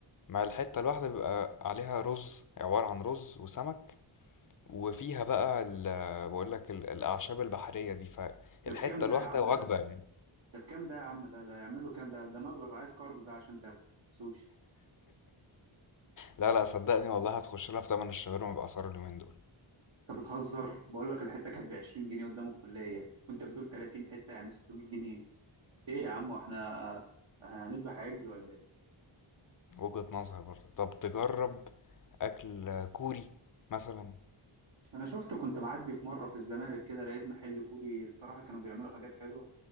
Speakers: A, on the left; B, on the right.
A: مع الحته الواحده بيبقى عليها رز عباره عن رز وسمك وفيها بقى ال... بقول لك ال... الاعشاب البحريه دي فالحته
B: ده بكام ده
A: الواحده
B: يا عم
A: وجبه
B: ده
A: يعني
B: ده بكام ده يا عم ده ده يعمل له كام ده ده مبلغ عايز كارد ده عشان تاكل سوشي
A: لا لا صدقني والله هتخش لها في تمن الشاورما باسعار اليومين دول
B: انت بتهزر بقول لك الحته كانت ب 20 جنيه قدام الكليه وانت بتقول 30 حته يعني 600 جنيه ايه يا عم واحنا هنذبح عجل ولا ايه
A: وجهة نظر برضه طب تجرب أكل كوري مثلا
B: انا شفت كنت معدي في مره في الزمالك كده لقيت محل كوري الصراحه كانوا بيعملوا حاجات حلوه